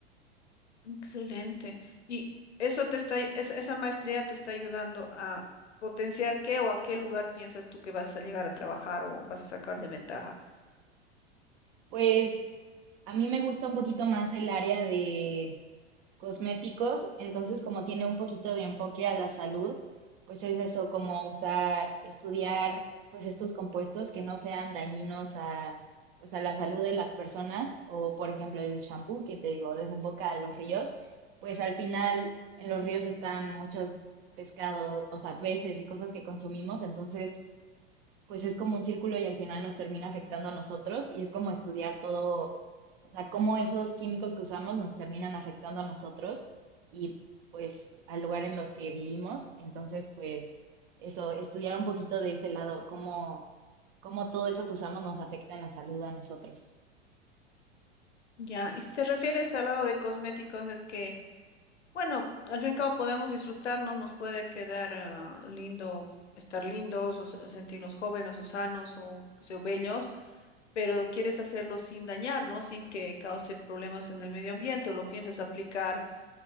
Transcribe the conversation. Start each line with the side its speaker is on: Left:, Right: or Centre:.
Left: Excelente. ¿Y eso te está, es- esa maestría te está ayudando a potenciar qué o a qué lugar piensas tú que vas a llegar a trabajar o vas a sacar de ventaja?
Right: Pues A mí me gusta un poquito más el área de cosméticos, entonces como tiene un poquito de enfoque a la salud, pues es eso, como usar, estudiar pues estos compuestos que no sean dañinos a pues a la salud de las personas o por ejemplo el shampoo que te digo desemboca a los ríos, pues al final en los ríos están muchos pescados, o sea, peces y cosas que consumimos, entonces pues es como un círculo y al final nos termina afectando a nosotros y es como estudiar todo, o sea, cómo esos químicos que usamos nos terminan afectando a nosotros y pues al lugar en los que vivimos. Entonces, pues eso, estudiar un poquito de ese lado, cómo, cómo todo eso que usamos nos afecta en la salud a nosotros.
Left: Ya, y si te refieres al lado de cosméticos, es que, bueno, al fin y al cabo podemos disfrutar, ¿no? Nos puede quedar ah, lindo, estar lindos, o se- sentirnos jóvenes o sanos o, qué sé yo, bellos, pero quieres hacerlo sin dañar, ¿no? Sin que cause problemas en el medio ambiente o lo piensas aplicar